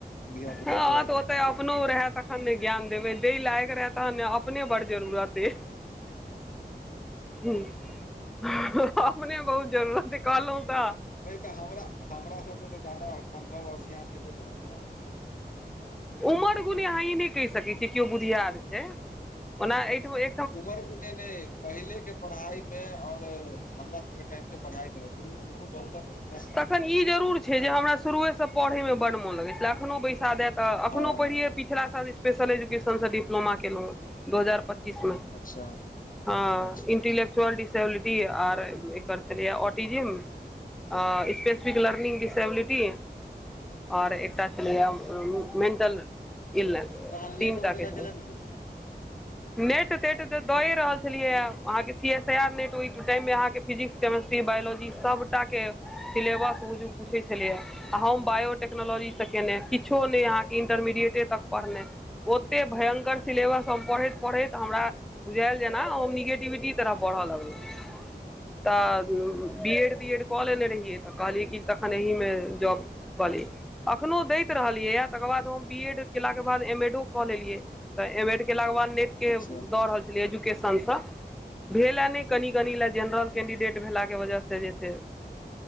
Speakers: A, on the left (about 50°); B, in the centre.
A: धियापुताके
B: हँ तऽ ओतय अपनो रहै तखन ने ज्ञान देबै दे लायक रहै तहन ने अपने बड जरूरते ही हि ही ह अपने बहुत जरूरत ह कलहु तऽ
A: नहि तऽ हमरा हमरा सभसँ तऽ जादा अनुभव आओर ज्ञान हेबे करड़त ने
B: उमर गुण अहाँ ई नहि कहि सकैत छियै केओ बुघिआर छै ओ ईठ ऐ
A: उमर गूने ने पहिले के पढ़ाई मे और हमरा सबके टाइम के पढ़ाई मे दुनू मे बहुत अन्तर रहै ने
B: तखन ई जरूुर छै जे हमरा शुरुए से पढ़य मे बड मन लगै छल अखनो बैसा देए त अखनो
A: हँ
B: पढ़िय पछिला साल स्पेशल एजुकेशन से डिप्लोमा केलहुंँ दू हजार पच्चीस मे
A: अच्छा
B: ह
A: अच्छा
B: इंटेल लक्चुअल डिसबिलिटी आर एकर छलै ऑटीजम हँ स्पेसिफिक लर्निंग डिसबिलिटी आओर एकटा छलैए मेंटल इलनेस
A: तहन
B: तीन
A: नेट
B: टा के छल
A: <inaudible>
B: नेट तेट तऽ दएए रहल छलियै ह अहाँके C S I R NET ओहि टाइम मे अहाँके फिजिक्स केमेस्ट्री बायोलॉजी सबटाके सिलेबस बुक्षु पूछै छलैय आ हम बायोटेक्नोलॉजी सँ केयने किछो नहि अहाँके इंटरमीडिएटे तक पढ़नाइ ओतेक भयंकर सिलेवस हम पढ़इ पढ़ै तऽ हमरा बुझायल जेना ओ निगेटिविटी तरफ बढ़य लगलै तऽ बी एड तीएड कऽ लेने रहियै तऽ कहलियै कि तखन एहिमे जॉब कहलियी एखनोहु दैत रहलियैए तकर बाद हम बी एड केलाके बाद एम एडो कऽ लेलियै तऽ एम एड केला क वाद नेट के
A: अच्छा
B: दऽ रहल छली एजुकेशन भेल नहि
A: हूँ
B: कनि कनि ल जेनरल कैंडिडेट भेलाके वजह सँ जे छै